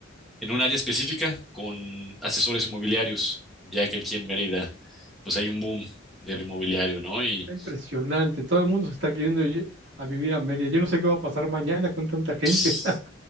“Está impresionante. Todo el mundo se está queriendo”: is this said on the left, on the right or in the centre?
Right